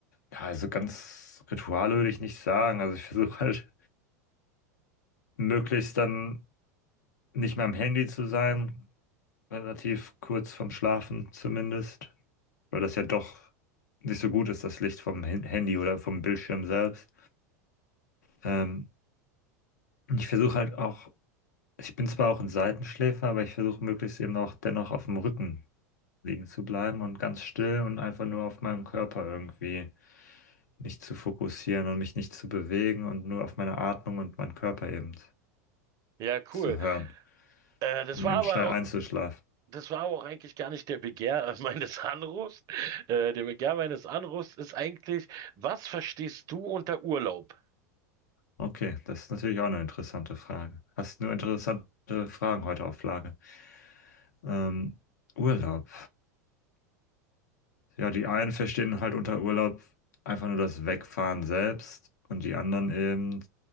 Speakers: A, on the left; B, on the right.
A: Ja, also ganz Rituale würde ich nicht sagen. Also ich versuche <laughs> halt möglichst dann nicht mehr am Handy zu sein, relativ kurz vorm Schlafen zumindest, weil das ja doch nicht so gut ist, das Licht vom Hin- Handy oder vom Bildschirm selbst. Ähm, ich versuche halt auch Ich bin zwar auch ein Seitenschläfer, aber ich versuche möglichst eben auch dennoch auf dem Rücken liegen zu bleiben und ganz still und einfach nur auf meinen Körper irgendwie mich zu fokussieren und mich nicht zu bewegen und nur auf meine Atmung und meinen Körper eben
B: Ja,
A: zu
B: cool.
A: hören,
B: Äh, das
A: um
B: war
A: eben
B: aber
A: schnell
B: auch
A: einzuschlafen.
B: Das war aber auch eigentlich gar nicht der Begehr <laughs> meines Anrufs. Äh, der Begehr meines Anrufs ist eigentlich, was verstehst du unter Urlaub?
A: Okay, das ist natürlich auch eine interessante Frage. Hast nur interessante Fragen heute auf Lage. Ähm, Urlaub. Ja, die einen verstehen halt unter Urlaub einfach nur das Wegfahren selbst und die anderen eben